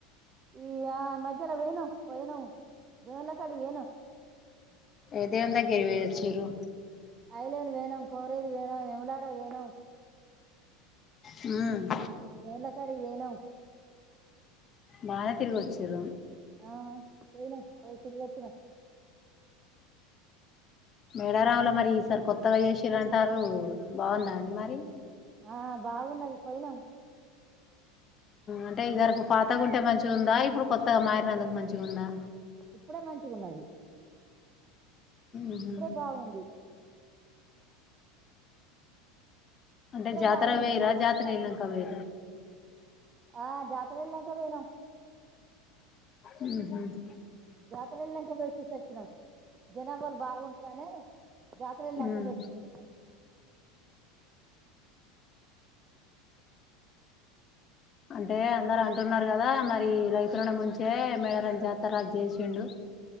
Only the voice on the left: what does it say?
ఏదేందా కేరివచ్చరు
ఉమ్
బానతిరుగి వచ్చర
మేడారాముంలో మరి ఈసారి కొత్తగా చేసిారంటారు బాగుందా అండి మరి
అంటే ఇదరకు పాతగాంటే మంచి ఉందా ఇప్పుడు కొత్తగా మారినందుకు మంచిగా ఉందా
ఉహు
అంటే
జాతర
వేరా
జాతర వెనాక వేరా
ఉహుమ్
ఉమ్
అంటే అందరు అంటున్నారు కదా మరి రైతులను ముంచే మేడారం జాతర అద్ చేసిండు